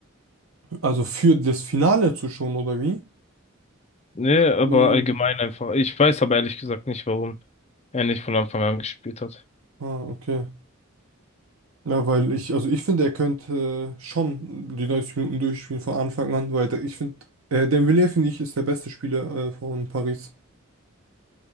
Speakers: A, on the right; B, on the left.
A: also für das Finale zu schon, oder wie?
B: Nee, aber
A: Äh,
B: allgemein einfach. Ich weiß aber ehrlich gesagt nicht, warum er nicht von Anfang an gespielt hat.
A: ah, okay. Ja, weil ich, also ich finde, er könnte äh, schon die 90 Minuten durchspielen von Anfang an, weil der- ich finde, äh, Dembele, finde ich, ist der beste Spieler äh, von Paris.